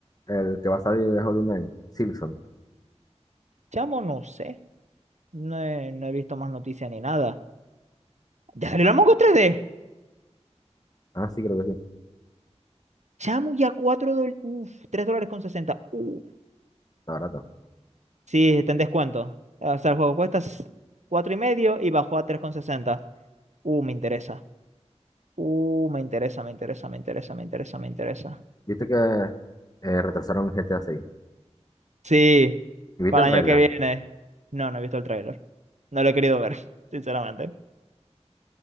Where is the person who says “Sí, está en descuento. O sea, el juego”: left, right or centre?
Right